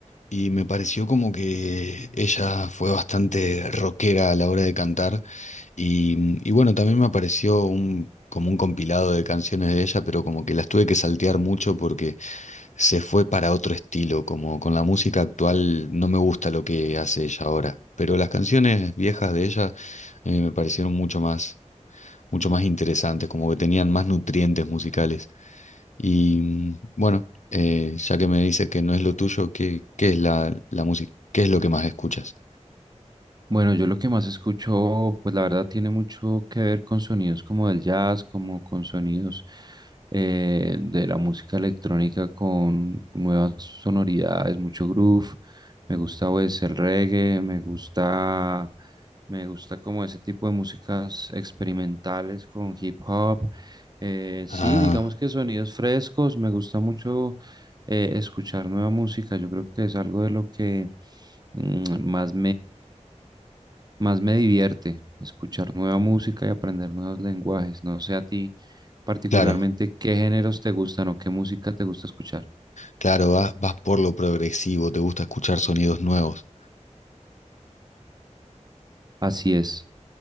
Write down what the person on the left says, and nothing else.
y me pareció como que ella fue bastante rockera a la hora de cantar. Y, mm, y bueno, también me apareció un, como un compilado de canciones de ella, pero como que las tuve que saltear mucho porque se fue para otro estilo, como con la música actual no me gusta lo que hace ella ahora, pero las canciones viejas de ella eh, me parecieron mucho más, mucho más interesantes, como que tenían más nutrientes musicales. Y mm, bueno, eh, ya que me dices que no es lo tuyo, ¿qué, qué es la, la música? ¿Qué es lo que más escuchas?
Ah,
claro,
claro, vas, vas por lo progresivo, te gusta escuchar sonidos nuevos.